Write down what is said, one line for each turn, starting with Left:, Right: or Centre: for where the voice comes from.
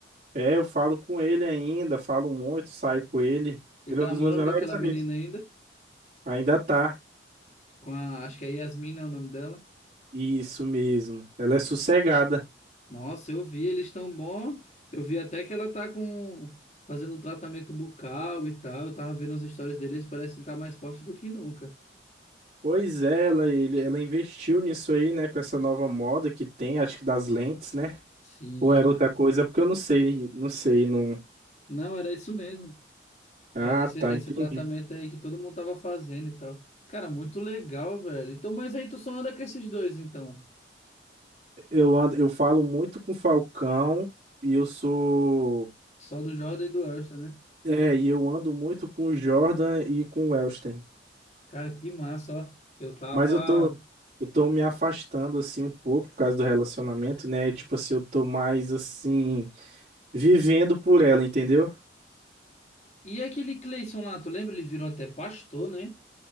Right: É, eu falo com ele ainda, falo muito, saio com ele.
Left: Ele
Right: Ele
Left: tá
Right: é um
Left: namorando
Right: dos meus melhores
Left: com aquela
Right: amigos.
Left: menina ainda.
Right: Ainda tá.
Left: Com a, acho que é Yasmin, é o nome dela.
Right: Isso mesmo. Ela é sossegada.
Left: Nossa, eu vi, eles tão bom. Eu vi até que ela tá com fazendo um tratamento bucal e tal. Eu tava vendo as histórias deles, parece que tá mais forte do que nunca.
Right: Pois é, ela, ele- ela investiu nisso aí, né? Com essa nova moda que tem, acho que das lentes, né?
Left: Sim.
Right: Ou era outra coisa, porque eu não sei, não sei, não.
Left: Não, era isso mesmo.
Right: Ah,
Left: Era esse,
Right: tá,
Left: esse
Right: entendi.
Left: tratamento aí que todo mundo tava fazendo e tal. Cara, muito legal, velho. Então, mas aí tu só anda com esses dois, então.
Right: Eu ando, eu falo muito com o Falcão e eu sou.
Left: Só do Jordan e do Elston, né?
Right: É, e eu ando muito com o Jordan e com o Elston.
Left: Cara, que massa, ó. Eu tava.
Right: Mas eu tô, eu tô me afastando assim um pouco por causa do relacionamento, né? E, tipo assim, eu tô mais assim vivendo por ela, entendeu?
Left: E aquele Cleison lá, tu lembra? Ele virou até pastor, né?